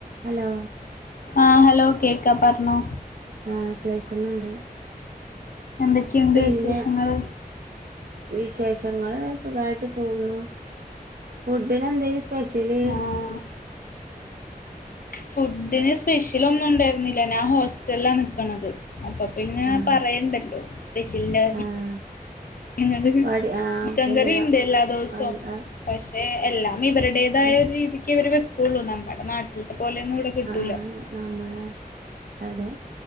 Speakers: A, on the right; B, on the left.
A: Hello
B: ആഹ് hello കേക്കാ പറഞ്ഞോ
A: ആഹ് കേൾക്കുന്നുണ്ട്
B: എന്തൊക്കെയുണ്ട്
A: പിന്നെ
B: വിശേഷങ്ങള്
A: വിശേഷങ്ങള് സുഖമായിട്ട് പോകുന്നു ഫുഡിന് എന്തേനു സ്പെഷ്യല്
B: ആഹ് ഫുഡിന് സ്പെഷ്യൽ ഒന്നും ഉണ്ടായിരുന്നില്ല ഞാൻ ഹോസ്റ്റലിലാ നിൽക്കണത് അപ്പൊ പിന്നെ
A: ആഹ്
B: പറയണ്ടല്ലോ സ്പെഷ്യലിന്റെ
A: ആഹ്
B: ഞങ്ങക്ക്
A: പടി ആഹ്
B: ചിക്കൻ
A: പിന്നെ
B: കറി ഉണ്ട് എല്ലാ ദിവസവും
A: അത് ആഹ്
B: പക്ഷെ എല്ലാം ഇവരുടേതായ
A: അത്
B: ഒരു രീതിക്ക് ഇവർ വെക്കുള്ളൂ നമ്മുടെ നാട്ടിലത്തെ പോലെന്നും ഇവിടെ കിട്ടൂല
A: ആഹ് അതെ നമ്മള് അതെ